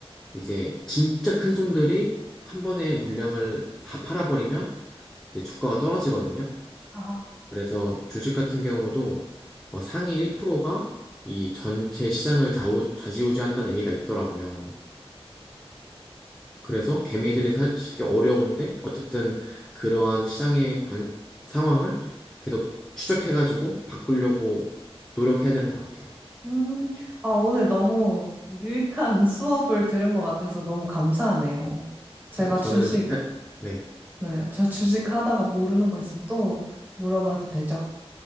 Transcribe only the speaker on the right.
아.
음, 아, 오늘 너무 유익한 수업을 들은 것 같아서 너무 감사하네요. 제가
주식,
네, 저 주식 하다가 모르는 거 있으면 또 물어봐도 되죠?